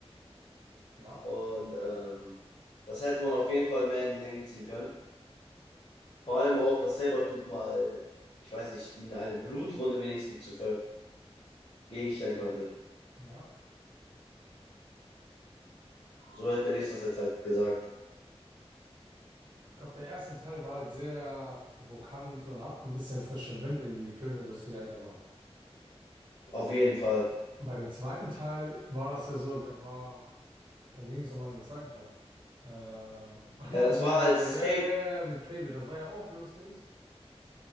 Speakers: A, on the right (about 45°); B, on the left (about 60°).
A: Ja,
B: Und ähm, das hätte man auf jeden Fall mehr in die Länge ziehen können. Vor allem auch, dass Sabertooth mal, ich weiß nicht, ihnen eine Blutwunde wenigstens zu vergegenstellen konnte.
A: ja.
B: So hätte ich das jetzt halt gesagt.
A: Ich glaube, der erste Teil war halt sehr provokant und hat ein bisschen frischen Wind in die Filmindustrie reingebracht.
B: Auf jeden Fall.
A: Und bei dem zweiten Teil war das ja so, der war, worum ging es nochmal in den zweiten Teil? Äh, ach ja,
B: Ja, das
A: um,
B: war
A: äh,
B: als
A: ja,
B: Kane
A: ja, ja, ja, mit Cable, das war ja auch lustig.